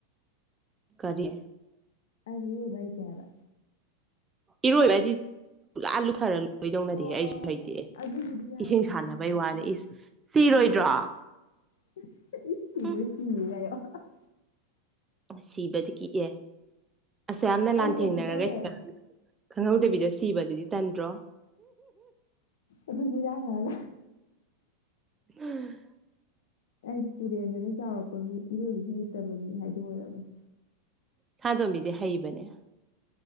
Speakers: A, on the right; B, on the left.
A: ꯀꯔꯤ
B: ꯑꯩꯗꯤ ꯏꯔꯣꯏꯕ ꯍꯩꯇꯦ ꯍꯥꯏꯕ
A: ꯏꯔꯣꯏꯕꯗꯤ ꯄꯨꯔꯥ <unintelligible> ꯂꯣꯏꯗꯧ ꯅꯠꯇꯦꯍꯦ
B: ꯑꯣ
A: ꯑꯩꯁꯨ ꯍꯩꯇꯦ
B: ꯑꯗꯨꯒꯤꯗꯤ ꯌꯥꯔꯣꯏꯌꯦ
A: ꯏꯁꯤꯡ ꯁꯥꯟꯅꯕꯩ
B: ꯆꯥꯎꯋꯤ
A: ꯋꯥꯅꯤ
B: ꯈꯔ
A: ꯏꯁ ꯁꯤꯔꯣꯏꯗ꯭ꯔꯣ
B: ꯎꯝ <unintelligible>
A: ꯍꯨꯝ ꯁꯤꯕꯗꯤ ꯀꯤꯛꯑꯦ ꯑꯁ ꯌꯥꯝꯅ
B: ꯑꯩ
A: ꯂꯥꯟꯊꯦꯡꯅꯔꯒ
B: ꯀꯩꯅꯣ ꯇꯧꯋꯦ
A: ꯈꯪꯍꯧꯗꯕꯤꯗ ꯁꯤꯕꯗꯨꯗꯤ ꯇꯟꯗ꯭ꯔꯣ
B: ꯑꯗꯨꯁꯨ ꯏꯔꯥꯛꯅꯔꯒ
A: <unintelligible>
B: ꯑꯩ ꯇꯨꯔꯦꯟꯗꯅ ꯆꯥꯎꯔꯛꯄ ꯃꯤ ꯏꯔꯣꯏꯕꯗꯤ ꯍꯩꯇꯕ ꯃꯤ ꯍꯥꯏꯗꯣ ꯑꯣꯏꯔꯕꯅꯦ
A: ꯁꯅꯥꯇꯣꯝꯕꯤꯗꯤ ꯍꯩꯕꯅꯦ